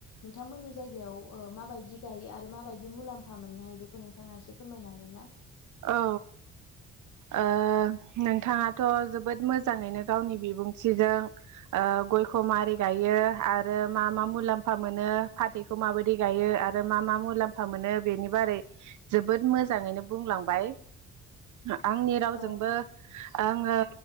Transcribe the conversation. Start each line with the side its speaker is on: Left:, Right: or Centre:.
Left: नोंथांमोननि जायगायाव ओ माबायदि गायो आरो माबायदि मुलाम्फा मोननो हायो। बेखौ नोंथाङा एसे फोरमायनो हागोन ना?
Right: औ। ओ नोंथाङाथ जोबोद मोजाङैनो गावनि बिबुंथिजों ओ गयखौ माबोरै गायो आरो मा मा मुलाम्फा मोनो फाथैखौ माबायदि गायो आरो मा मा मुलामा मोनो बेनि बारै जोबोद मोजाङैनो बुंलां बाय आंनि रावजोंबो
Left: औ
Right: आंङो